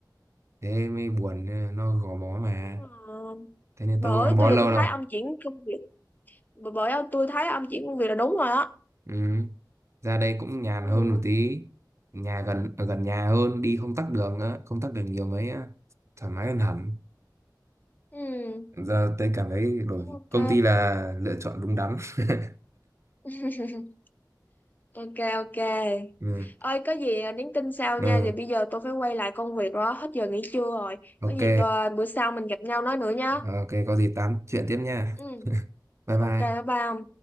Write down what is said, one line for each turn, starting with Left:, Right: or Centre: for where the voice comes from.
Right: thế mới buồn ờ, nó gò bó mà
Left: Ờ,
Right: thế nên
Left: bởi
Right: tôi có gắn bó
Left: tôi
Right: lâu
Left: giờ tôi thấy
Right: đâu
Left: ông chuyển công việc bởi bởi tôi thấy ông chuyển công việc là đúng rồi á.
Right: ừ. ra đây cũng nhàn
Left: Ừ.
Right: hơn một tí nhà gần ở gần nhà hơn đi không tắc đường á không tắc đường nhiều mấy á thoải mái hơn hẳn
Left: Ừ.
Right: giờ tôi cảm thấy đổi
Left: Cũng ok
Right: công ty là lựa chọn đúng đắn <laughs>
Left: <laughs> ok ok
Right: ừ.
Left: ơi có gì à, nhắn tin sau
Right: Ừ.
Left: nha thì bây giờ tôi phải quay lại công việc rồi hết giờ nghỉ trưa rồi
Right: ok
Left: có gì tôi, bữa sau mình gặp nhau nói nữa nhá
Right: Ờ, Ok, có gì tám chuyện tiếp nha.
Left: ừ
Right: Bye bye.
Left: ok bye bye ông